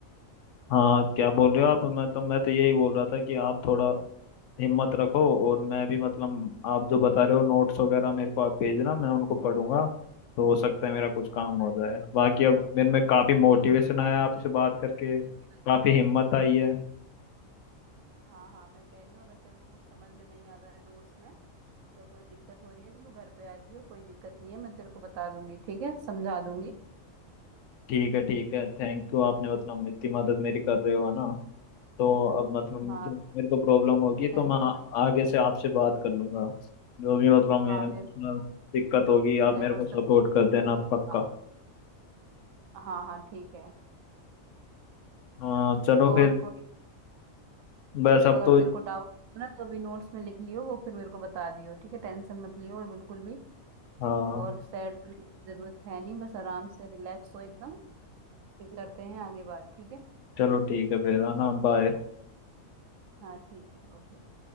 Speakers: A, on the left; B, on the right.
A: हाँ क्या बोल रहे हो आप मतलब मैं तो यही बोल रहा था कि आप थोड़ा हिम्मत रखो और मैं भी मतलब आप जो बता रहे हो नोट्स वगैरह मेरे को आप भेजना मैं उनको पढ़ूंगा तो हो सकता है मेरा कुछ काम
B: हाँ कर
A: हो
B: लेते
A: जाए
B: और
A: बाकी
B: कोई कुछ
A: अब मेरे में
B: समझ
A: काफ़ी
B: में
A: मोटिवेशन
B: नहीं आती है तो
A: आया
B: मैं
A: आपसे
B: तो
A: बात करके काफ़ी
B: मैं भी राजी हूँ मेरे
A: हिम्मत
B: ठीक
A: आई
B: है
A: है
B: हाँ हाँ मैं कह रही हूँ अगर तेरे को कुछ समझ में नहीं आता है नोट्स में या कोई दिक्कत हो रही है तो तू घर पे आ जियो कोई दिक्कत नहीं है मैं तेरे को बता दूंगी ठीक है समझा दूंगी
A: ठीक है ठीक है थैंक यू आपने मतलब इतनी मदद मेरी कर रहे हो ना तो अब मतलब
B: हाँ
A: जो मेरे को प्रॉब्लम होगी
B: टेंशन
A: तो मैं आ- आगे से आपसे बात कर लूंगा जो भी मतलब emotional
B: हाँ मेरे को
A: दिक्कत होगी आप
B: चाहे
A: मेरे को
B: WhatsApp
A: सपोर्ट कर देना पक्का
B: हाँ हाँ हाँ ठीक है
A: हाँ चलो
B: और
A: फिर
B: कोई
A: बस
B: कुछ
A: अब
B: अगर
A: तो
B: तेरे को डाउट हो ना तो अभी नोट्स में लिख लियो वो फिर मेरे को बता दियो ठीक है टेंशन मत लियो और बिल्कुल भी
A: हाँ
B: और सैड होने की जरूरत है नहीं बस आराम से रिलैक्स हो एकदम फिर करते हैं आगे बात ठीक है
A: चलो ठीक है फिर है ना बाय
B: हाँ ठीक है ओके